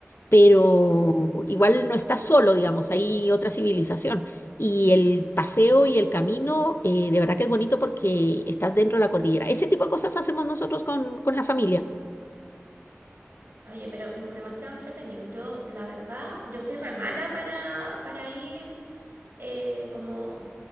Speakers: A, on the left; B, on the right.
A: pero
B: Ujú.
A: igual no estás solo, digamos, hay otra civilización. Y el paseo y el camino, eh, de verdad que es bonito porque estás dentro de la cordillera. Ese tipo de cosas hacemos nosotros con, con la familia.
B: Oye, pero mm, demasiado entretenido. Yo, la verdad, yo soy re mala para, para ir eh, como